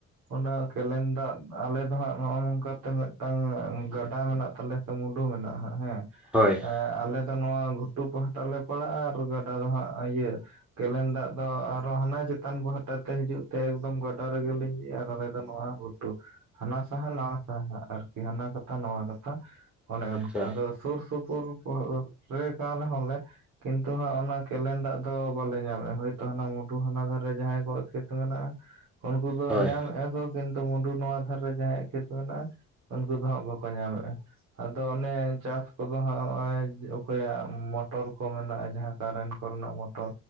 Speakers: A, on the right; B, in the centre.
A: ᱚᱱᱟ ᱠᱮᱞᱮᱱ ᱫᱟᱜ ᱟᱞᱮ ᱫᱚ ᱦᱟᱸᱜ ᱱᱚᱜᱼᱚᱭ ᱱᱚᱝᱠᱟᱛᱮ ᱢᱤᱫᱴᱟᱝ ᱜᱟ ᱜᱟᱰᱟ ᱢᱮᱱᱟᱜ ᱛᱟᱞᱮᱭᱟ ᱥᱮ ᱢᱩᱰᱩ ᱢᱮᱱᱟᱜᱼᱟ ᱦᱮᱸ
B: ᱦᱳᱭ
A: ᱟᱞᱮ ᱫᱚ ᱱᱚᱣᱟ ᱜᱷᱩᱴᱩ ᱯᱟᱦᱟᱴᱟ ᱞᱮ ᱯᱟᱲᱟᱜᱼᱟ ᱟᱨ ᱜᱟᱰᱟ ᱫᱚ ᱦᱟᱸᱜ ᱤᱭᱟᱹ ᱠᱮᱱᱮᱱ ᱫᱟᱜ ᱫᱚ ᱟᱨᱚ ᱦᱟᱱᱟ ᱪᱮᱛᱟᱱ ᱵᱜᱟ ᱜᱴᱟ ᱛᱮ ᱦᱤᱡᱩᱜ ᱛᱮ ᱮᱠᱫᱚᱢ ᱜᱟᱰᱟ ᱨᱮᱜᱮᱞᱤᱧ ᱤᱫ ᱟᱨ ᱟᱞᱮ ᱫᱚ ᱱᱚᱣᱟ ᱜᱷᱩᱴᱩ ᱦᱟᱱᱟ ᱥᱟᱦᱟ ᱱᱟᱣᱟ ᱥᱟᱦᱟ ᱟᱨᱠᱤ ᱦᱟᱱᱟ ᱠᱟᱛᱟ ᱱᱚᱣᱟ ᱠᱟᱛᱟ ᱚᱱᱮ
B: ᱟᱪᱪᱷᱟ
A: ᱚᱱᱠᱟ ᱟᱫᱚ ᱥᱩᱨ ᱥᱩᱯᱩᱨ ᱨᱮ ᱠᱟᱱ ᱨᱮᱦᱚᱸ ᱞᱮ ᱠᱤᱱᱛᱩ ᱦᱟᱸᱜ ᱚᱱᱟ ᱠᱮᱞᱮᱱ ᱫᱟᱜ ᱫᱚ ᱵᱟᱞᱮ ᱧᱟᱢᱮᱫᱼᱟ ᱦᱳᱭᱛᱳ ᱦ ᱢᱩᱰᱩ ᱦᱟᱱᱟ ᱫᱷᱟᱨᱮ ᱡᱟᱦᱟᱸᱭ ᱠᱚᱣᱟᱜ ᱠᱷᱮᱛ ᱛᱢ ᱢᱮᱱᱟᱜ- ᱟ, ᱩᱱᱠᱩ ᱫᱚ
B: ᱦᱳᱭ
A: ᱧᱟᱢᱮᱫᱼᱟ ᱠᱚ ᱠᱤᱱᱛᱩ ᱢᱩᱰᱩ ᱱᱚᱣᱟ ᱫᱷᱟᱨ ᱨᱮ ᱡᱟᱦᱟᱸᱭᱟᱜ ᱠᱷᱮᱛ ᱢᱮᱱᱟᱜᱼᱟ ᱩᱱᱠᱩ ᱫᱚ ᱦᱟᱸᱜ ᱵᱟᱠᱚ ᱵᱟᱠᱚ ᱧᱟᱢᱮᱜ-ᱟ᱾ ᱟᱫᱚ ᱚᱱᱮ ᱪᱟᱥ ᱠᱚᱫᱚ ᱦᱟᱸᱜ ᱱᱚᱜ ᱚᱭ ᱚᱠᱚᱭᱟᱜ ᱢᱚᱴᱚᱨ ᱠᱚ ᱢᱮᱱᱟᱜᱼᱟ ᱡᱟᱦᱟᱸ ᱠᱟᱨᱮᱱᱴ ᱠᱚᱨᱮᱱᱟᱜ ᱢᱚᱴᱚᱨ